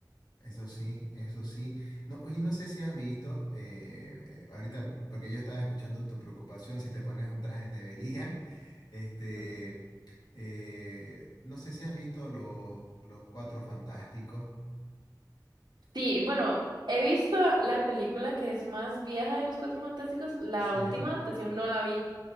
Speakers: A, on the left; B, on the right.
A: Eso sí, eso sí. No, oye, no sé si has visto, eh, eh, ahorita, porque yo estaba escuchando tu preocupación, si te pones un traje te verían. <laughs> Este,
B: Ujú.
A: eh, no sé si has visto los, los Cuatro Fantásticos.
B: Sí, bueno, he visto la película que es más vieja de los Cuatro Fantásticos, la
A: Sí.
B: última adaptación no la vi.